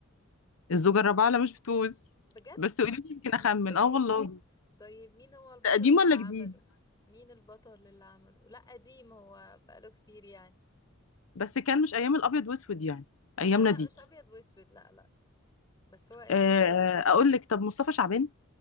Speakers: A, on the left (about 85°); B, on the left (about 20°).
A: الزوجة الرابعة لا مش بتوز
B: بجد
A: بس قولي لي يمكن أخمن
B: ازاي
A: اه والله
B: طيب مين هو البطل
A: ده قديم
B: اللي
A: ولا
B: عمله
A: جديد
B: مين البطل اللي عمله لا قديم هو بقاله كتير يعني
A: بس كان مش أيام الأبيض وأسود يعني أيامنا
B: لا لا
A: دي
B: مش ابيض واسود لا لا بس هو قديم
A: آه أقول لك طب مصطفى شعبان